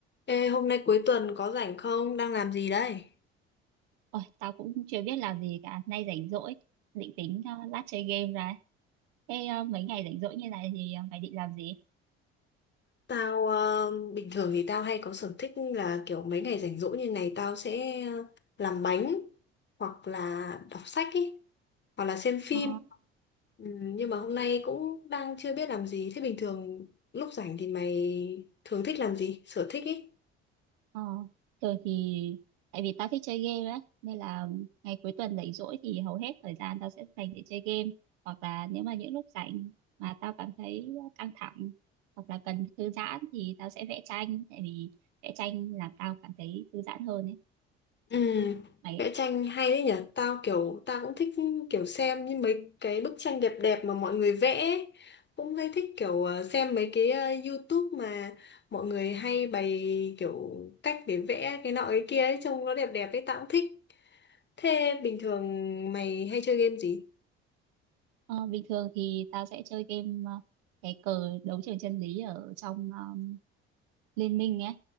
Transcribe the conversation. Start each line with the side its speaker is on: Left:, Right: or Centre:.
Left: Ê, hôm nay cuối tuần có rảnh không? Đang làm gì đây?
Right: Ôi, tao cũng chưa biết làm gì cả, nay rảnh rỗi, định tính ờ, lát chơi game ra. Thế ờ, mấy ngày rảnh rỗi như này thì ờ, mày định làm gì?
Left: Tao ờ, bình thường thì tao hay có sở thích là kiểu mấy ngày rảnh rỗi như này tao sẽ ờ, làm bánh hoặc là đọc sách ấy hoặc là xem phim.
Right: Ờ,
Left: Ừ, nhưng mà hôm nay cũng đang chưa biết làm gì. Thế bình thường lúc rảnh thì mày thường thích làm gì? Sở thích ý?
Right: ờ, thường thì tại vì tao thích chơi game ấy, nên là ngày cuối tuần rảnh rỗi thì hầu hết thời gian tao sẽ dành để chơi game, hoặc là nếu mà những lúc rảnh mà tao cảm thấy căng thẳng hoặc là cần thư giãn thì tao sẽ vẽ tranh, tại vì vẽ tranh làm tao cảm thấy thư giãn hơn ấy.
Left: Ừ,
Right: Mày
Left: vẽ tranh hay đấy nhỉ tao kiểu tao cũng thích kiểu xem như mấy cái bức tranh đẹp đẹp mà mọi người vẽ ấy. cũng hay thích kiểu ờ, xem mấy cái ờ, YouTube mà mọi người hay bày kiểu cách để vẽ cái nọ cái kia ấy trông nó đẹp đẹp ấy tao cũng thích thế bình thường mày hay chơi game gì
Right: Ờ, bình thường thì tao sẽ chơi game ờ, cái cờ đấu trường chân lý ở trong ờ, Liên minh ấy.